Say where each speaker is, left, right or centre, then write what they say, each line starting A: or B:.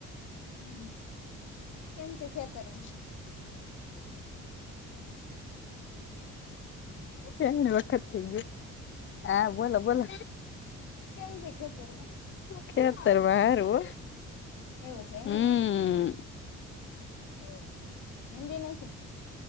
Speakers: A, on the left; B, on the left.
A: હમ કેમ છે ખેતરમાં
B: <inaudible> એ વખત થઈ ગ્યું હા બોલો બોલો
A: કેમ છે ખેતરમા
B: ખેતરમાં હારુ
A: એવું છે એમને
B: હમ
A: એવું છે ઊંદી નાયખું